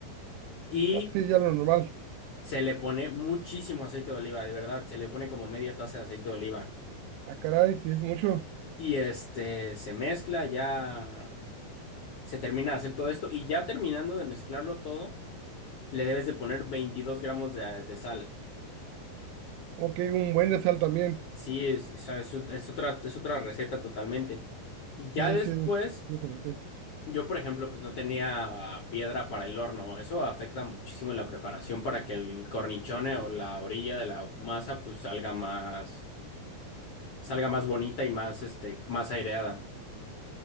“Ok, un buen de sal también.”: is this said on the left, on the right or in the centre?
Right